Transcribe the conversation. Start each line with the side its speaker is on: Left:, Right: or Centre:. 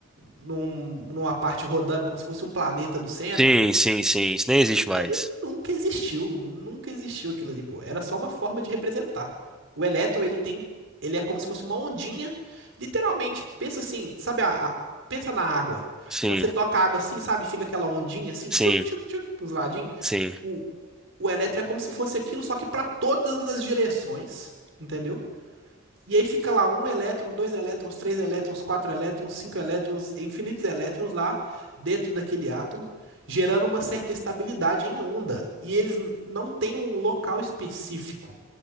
Right: num- numa parte rodando, como se fosse um planeta no centro.
Centre: Sim, sim, sim. Isso nem existe
Right: Aquilo
Centre: mais.
Right: ali nunca existiu, nunca existiu aquilo ali, pô. Era só uma forma de representar. O elétron, ele tem, ele é como se fosse uma ondinha, literalmente, pensa assim, sabe a, a- pensa na água.
Centre: Sim,
Right: Quando você toca a água assim, sabe, fica aquela ondinha assim,
Centre: sim,
Right: tchuc, tchuc, tchuc, pros ladinhos.
Centre: sim.
Right: O, o elétron é como se fosse aquilo, só que para todas as direções, entendeu? E aí fica lá um elétron, dois elétrons, três elétrons, quatro elétrons, cinco elétrons, infinitos elétrons lá dentro daquele átomo, gerando uma certa estabilidade em onda. E eles não têm um local específico.